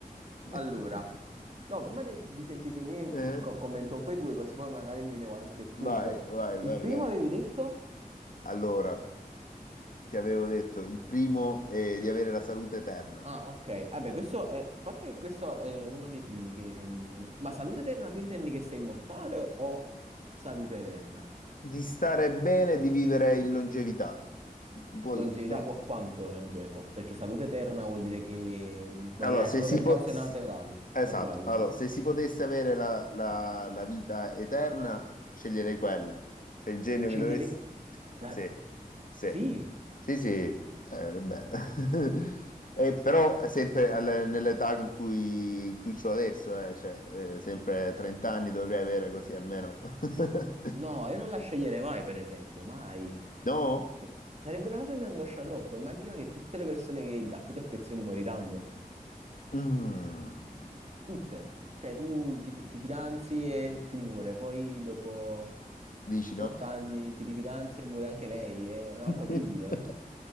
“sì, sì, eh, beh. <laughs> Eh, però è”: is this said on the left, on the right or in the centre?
Left